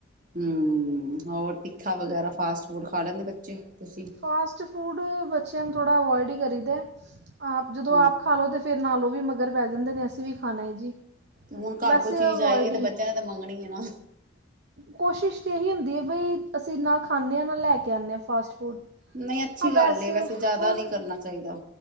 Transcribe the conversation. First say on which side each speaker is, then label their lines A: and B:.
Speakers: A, on the right; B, on the right.
A: ਹੂੰ, ਹੋਰ ਤਿੱਖਾ ਵਗੈਰਾ, ਫਾਸਟ ਫੂਡ ਖਾ ਲੈਂਦੇ ਬੱਚੇ, ਤੂਸੀ?
B: ਫਾਸਟ ਫੂਡ ਬੱਚੇਆਂ ਨੂੰ ਥੋੜਾ ਅਵੋਏਡ ਈ ਕਰੀ ਦੈ, ਆਪ ਜਦੋਂ
A: ਹੂੰ
B: ਆਪ ਖਾ ਲੋ ਤੇ ਫ ਫਿਰ ਨਾਲ ਉਹ ਵੀ ਮਗਰ ਪੈ ਜਾਂਦੇ ਨੇ ਅਸੀਂ ਵੀ ਖਾਣਾ ਏ ਜੀ।
A: ਹੁਣ ਘਰ
B: ਵੈਸੇ
A: ਕੋਈ ਚੀਜ਼
B: ਅਵੋਇਡ
A: ਆਏਗੀ ਤੇ
B: ਹੀ
A: ਬੱਚਿਆਂ ਨੇ ਤੇ ਮੰਗਣੀ ਏ ਨਾ।
B: ਕੋਸ਼ਿਸ਼ ਤੇ ਇਹੀ ਹੁੰਦੀ ਏ ਬਈ ਅਸੀਂ ਨਾ ਖਾਂਨੇ ਆਂ, ਨਾ ਲੈ ਕੇ ਆਂਨੇ ਆਂ ਫਾਸਟ ਫੂਡ।
A: ਨਹੀਂ ਅੱਛੀ
B: ਹਾਂ ਵੈਸੇ
A: ਗੱਲ ਏ ਜ਼ਿਆਦਾ
B: ਹੋਰ?
A: ਨਹੀਂ ਕਰਨਾ ਚਾਹੀਦਾ